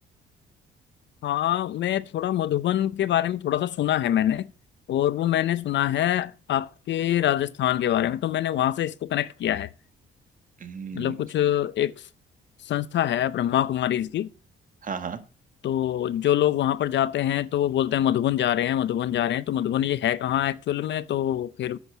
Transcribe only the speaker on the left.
हाँ मैं थोड़ा मधुबन के बारे में थोड़ा सा सुना है मैंने और वो मैंने सुना है आपके राजस्थान के बारे में तो मैंने वहां से इसको कनेक्ट किया है
मतलब कुछ एक संस्था है ब्रह्मा कुमारीज की
तो जो लोग वहां पर जाते हैं तो वो बोलते हैं मधुबन जा रहे हैं मधुबन जा रहे हैं तो मधुबन ये है कहाँ एक्चुअल में तो फिर